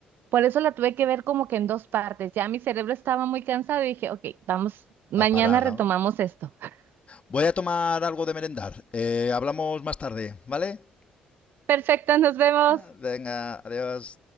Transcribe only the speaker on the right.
por eso la tuve que ver como que en dos partes. Ya mi cerebro estaba muy cansado y dije, ok, vamos, mañana
retomamos esto. <laughs>
Perfecto, nos vemos.